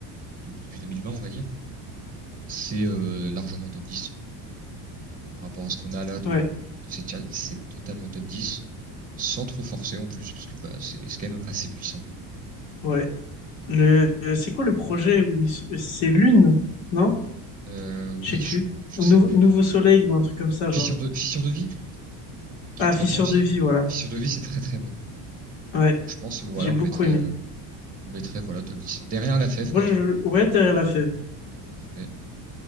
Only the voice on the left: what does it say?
Ouais,
ouais. Le... euh, C'est quoi le projet où il... C'est Lune, non?
Je
sais plus.
Ou
Nou-
Nouveau Soleil ou un truc comme ça, genre.
Ah,
Fissure
de vie, voilà.
Ouais,
j'ai beaucoup
aimé.
Moi,
je...
Ouais, derrière la fève.